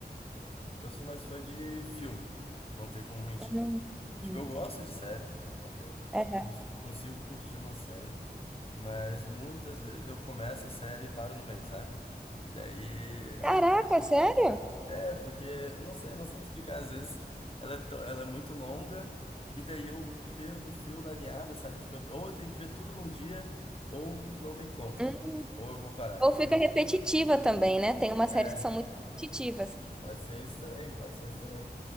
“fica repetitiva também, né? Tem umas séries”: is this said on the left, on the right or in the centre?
Centre